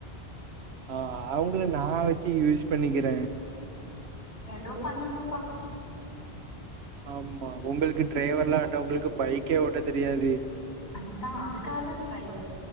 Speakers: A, on the right (about 75°); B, on the left (about 70°).
A: ஆ அவுங்கள நா வச்சு யூஸ் பண்ணிக்கிற
B: எதோ பண்ணுங்கப்பா
A: ஆமா உங்களுக்கு டிரைவர்லா வேண்டா உங்களுக்கு பைக்கே ஓட்ட தெரியாது
B: அந்தான் அதுக்காதான் டிரைவர்